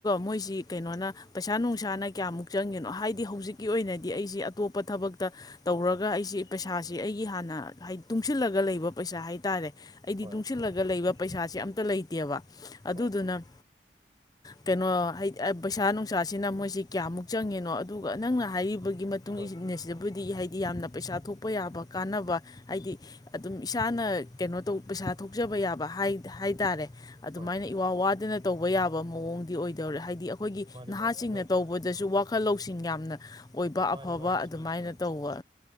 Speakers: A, on the left; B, on the right.
A: ꯃꯣꯏꯁꯤ
B: ꯍꯣꯏ
A: ꯀꯩꯅꯣꯅ꯫ ꯄꯩꯁꯥ ꯅꯨꯡꯁꯥꯅ꯫ ꯀꯌꯥꯃꯨꯛ ꯆꯪꯒꯦꯅꯣ ꯍꯥꯏꯗꯤ ꯍꯧꯖꯤꯛꯀꯤ ꯑꯣꯏꯅꯗꯤ ꯑꯩꯁꯤ ꯑꯇꯣꯞꯄ ꯊꯕꯛꯇ ꯇꯧꯔꯒ ꯑꯩꯁꯤ ꯄꯩꯁꯥꯁꯤ ꯑꯩꯒꯤ ꯍꯥꯟꯅ ꯍꯥꯏꯗꯤ ꯇꯨꯡꯁꯤꯜꯂꯒ ꯂꯩꯕ ꯄꯩꯁꯥ ꯍꯥꯏꯇꯥꯔꯦ꯫ ꯑꯩꯒꯤ
B: ꯍꯣꯏ
A: ꯇꯨꯡꯁꯤꯜꯂꯒ ꯂꯩꯕ꯫ ꯄꯩꯁꯥꯁꯦ ꯑꯝꯇ ꯂꯩꯇꯦꯕ꯫ ꯑꯗꯨꯗꯨꯅ꯫
B: ꯍꯣꯏ
A: ꯀꯩꯅꯣꯍꯩ ꯄꯩꯁꯥ ꯅꯨꯡꯁꯥꯁꯤꯅ ꯃꯣꯏꯁꯤ꯫ ꯀꯌꯥꯃꯨꯛ ꯆꯪꯉꯦꯅꯣ ꯑꯗꯨꯒ ꯅꯪꯅ ꯍꯥꯏꯔꯤ꯫ ꯕꯒꯤ ꯃꯇꯨꯡ
B: ꯍꯣꯏ
A: ꯏꯅꯁ‌ꯦꯕꯨꯗ꯫ ꯗꯤ ꯍꯥꯏꯗꯤ ꯌꯥꯝꯅ ꯄꯩꯁꯥ ꯊꯣꯛꯄ ꯌꯥꯕ ꯀꯥꯟꯅꯕ ꯍꯥꯏꯗꯤ ꯑꯗꯨꯝ ꯏꯁꯥꯅ ꯀꯩꯅꯣ ꯇꯧ ꯄꯩꯁꯥ ꯊꯣꯛꯆꯕ ꯌꯥꯕ ꯍꯥꯏ ꯇꯔꯦ꯫ ꯑꯗꯨꯃꯥꯏꯅ
B: ꯍꯣꯏ ꯍꯣꯏ
A: ꯏꯋꯥ ꯋꯥꯗꯅ ꯇꯧꯕ ꯌꯥꯕ ꯃꯑꯣꯡ꯫ ꯑꯣꯏꯗꯧꯔꯦ ꯍꯥꯏꯗꯤ꯫ ꯑꯩꯈꯣꯏꯒꯤ
B: ꯃꯥꯅꯦ
A: ꯅꯍꯥꯁꯤꯡꯅ꯫
B: ꯃꯥꯅꯦ ꯑꯗꯣ
A: ꯇꯧꯕꯗꯁꯨ ꯋꯥꯈꯜ ꯂꯧ꯫ ꯂꯧꯁꯤꯡ ꯌꯥꯝꯅ꯫ ꯑꯣꯏꯕ
B: ꯃꯥꯅꯤ
A: ꯑꯐꯕ
B: ꯃꯥꯅꯤ ꯆꯨꯝꯃꯤ
A: ꯑꯗꯨꯃꯥꯏꯅ
B: ꯆꯨꯝꯃꯤ
A: ꯇꯧꯕ꯫